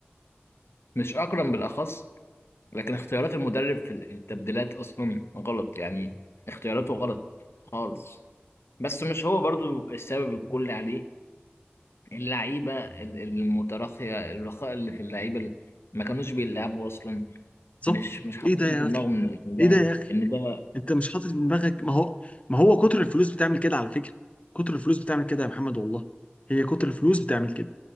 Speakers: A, on the left; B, on the left.
A: مش اكرم بالاخص لكن اختيارات المدرب في ال- في التبديلات اصلا غلط يعني اختياراته غلط خالص بس مش هو برضو السبب الكلي عليه اللعيبه ال- ال- المتراخيه الرخاء اللي في اللعيبه اللي ما كانوش بيلعبوا اصلا
B: بالظبط
A: مش مش حاطين
B: ايه ده يا
A: في دماغهم
B: اخي
A: ان إن ده
B: ايه ده يا اخي
A: ان ده
B: انت مش حاطط في دماغك ما هو ما هو كتر الفلوس بتعمل كده على فكره كتر الفلوس بتعمل كده يا محمد والله هي كتر الفلوس بتعمل كده